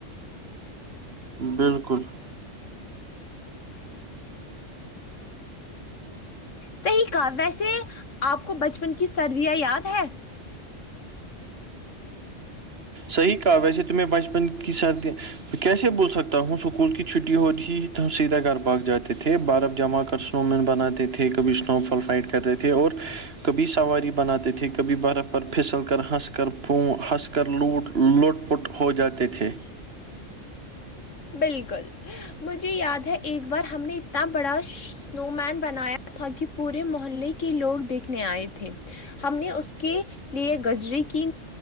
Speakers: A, on the right; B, on the left.
A: بالکل
B: صحیح کہا ویسے آپ کو بچپن کی سردیاں یاد ہے
A: صحیح کہا ویسے تمہیں بچپن کی سردی کیسے بھول سکتا ہوں اسکول کی چھٹی ہوتی ہی تو سیدھا گھر بھاگ جاتے تھے برف جمع کر اسنو مین بناتے تھے کبھی اسنو فال فائٹ کرتے تھے اور کبھی سواری بناتے تھے کبھی برف پر پھسل کر ہنس کر پ ہنس کر کر لوٹ لوٹ پٹ ہو جاتے تھے
B: بالکل مجھے یاد ہے ایک بار ہم نے اتنا بڑا سنو مین بنایا تھا کہ پورے محلے کے لوگ دیکھنے آئے تھے ہم نے اس کے لیے گجری کی